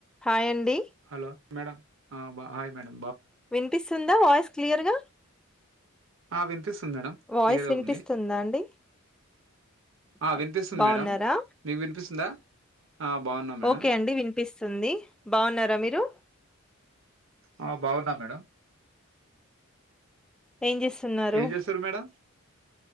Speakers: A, in the centre; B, on the right.
A: Hi అండీ
B: hello madam అ బ హాయ్ మేడం
A: వినిపిస్తుందా వాయిస్ క్లియర్ గా
B: అ వినిపిస్తుంది మేడం
A: వాయిస్
B: క్లియర్గా
A: వినిపిస్తుందా
B: ఉంది
A: అండి
B: ఆ
A: అబ్-
B: వినిపిస్తుంది
A: బాగున్నారా
B: మేడం మీకు వినిపిస్తుందా ఆ బాగున్నా మేడం
A: ఓకే అండి వినిపిస్తుంది బాగున్నారా మీరు
B: అ బాగున్నా మేడం
A: ఏం జేస్తున్నారు
B: ఏం చేస్తారు మేడం